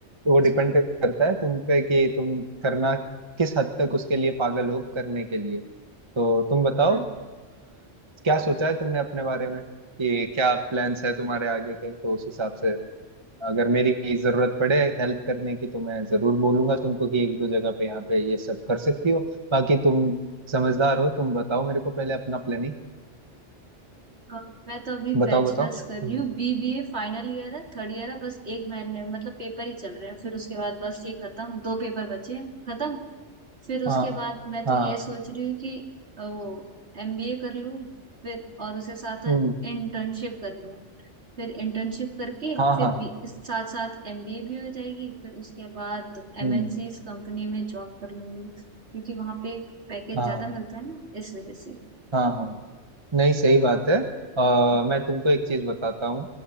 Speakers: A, on the right; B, on the right.
A: वो
B: अच्छा,
A: डिपेंड करता है तुम पे कि तुम करना किस हद तक उसके लिए पागल हो करने के लिए तो तुम बताओ
B: हाँ,
A: आ, क्या सोचा है तुमने अपने बारे में कि क्या प्लान्स है तुम्हारे आगे के तो उस हिसाब से अगर मेरी जरूरत पड़े हेल्प करने की तो मैं जरूर बोलूंगा तुमको कि एक दो जगह पे यहाँ पे ये सब कर सकती हो बाकी तुम समझदार हो तुम बताओ मेरे को पहले अपना प्लानिंग
B: अ, मैं तो अभी
A: बताओ
B: बैचलर्स
A: बताओ
B: कर रही
A: हम्म
B: हूँ बीबीए फाइनल ईयर है थर्ड ईयर है बस एक महीने मतलब पेपर ही चल रहे हैं फिर उसके बाद बस ये खत्म दो पेपर बचे हैं खत्म फिर उसके
A: हाँ
B: बाद मैं तो
A: हाँ
B: ये सोच रही हूँ कि अ, वो एमबीए कर लूँ फिर और उसे साथ
A: हम्म
B: इंटर्नशिप कर लूँ फिर इंटर्नशिप करके
A: हाँ
B: फिर
A: हाँ
B: भी इस साथ साथ एमबीए भी हो जाएगी फिर उसके बाद
A: हम्म
B: एमएनसीज कंपनी में जॉब कर लूंगी क्योंकि वहाँ पे पैकेज
A: हाँ
B: ज्यादा मिलता है ना इस वजह से
A: हाँ हाँ नहीं सही बात है आ, मैं तुमको एक चीज बताता हूँ